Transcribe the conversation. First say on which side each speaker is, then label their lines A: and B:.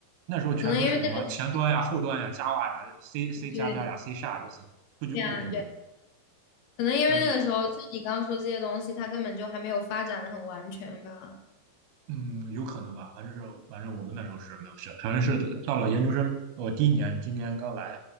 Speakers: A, on the right (about 80°); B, on the left (about 75°).
A: 那时候全都是什么前端呀、
B: 可能因为那个时
A: 后端呀、Java 呀、C、C
B: 候对
A: 加加呀、C 下这些数据库等等。
B: 对呀对，可能因为那个时候像你刚刚说这些东西，
A: 还有，
B: 它根本就还没有发展的很完全吧。
A: 嗯，有可能吧，反正是反正我们那时候是没有学，反正是到了研究生，我第一年，今年刚来，